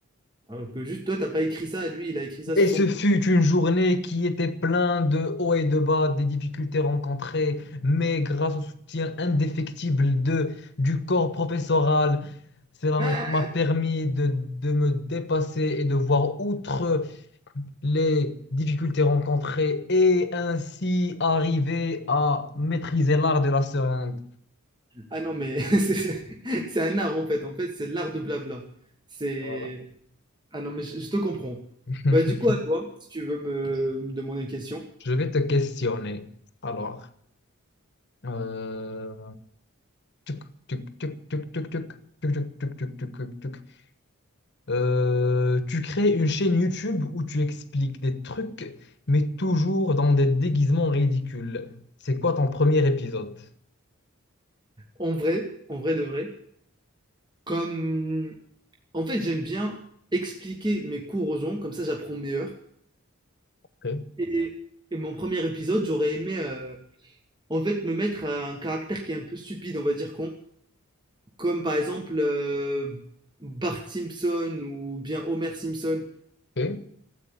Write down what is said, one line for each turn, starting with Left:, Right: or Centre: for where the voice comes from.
Right: Alors que juste toi, t'as pas écrit ça, et lui, il a écrit ça
Left: Et
Right: sur son.
Left: ce fut une journée qui était pleine de hauts et de bas, des difficultés rencontrées, mais grâce au soutien indéfectible de, du corps professoral, cela
Right: Ah
Left: m'a m'a permis de, de me dépasser et de voir outre les difficultés rencontrées et ainsi arriver à maîtriser l'art de la seringue.
Right: Ah non, mais <laughs> c'est c'est- c'est un art en fait. En fait, c'est l'art de blabla. C'est.
Left: Voilà.
Right: Ah non, mais je, je te comprends.
Left: <laughs>
Right: Bah, du coup, à toi, si tu veux me, me demander une question.
Left: Je vais te questionner. Alors, euh, tuc, tuc, tuc, tuc, tuc, tuc, tuc, tuc, tuc, tuc, tuc, tuc. Euh, tu crées une chaîne YouTube où tu expliques des trucs, mais toujours dans des déguisements ridicules. C'est quoi ton premier épisode?
Right: En vrai, en vrai de vrai, Comme en fait, j'aime bien expliquer mes cours aux gens, comme ça j'apprends meilleur.
Left: Ok,
Right: Et, et mon premier épisode, j'aurais aimé euh, en fait me mettre à un caractère qui est un peu stupide, on va dire con, comme par exemple euh, Bart Simpson ou bien Homer Simpson.
Left: ok.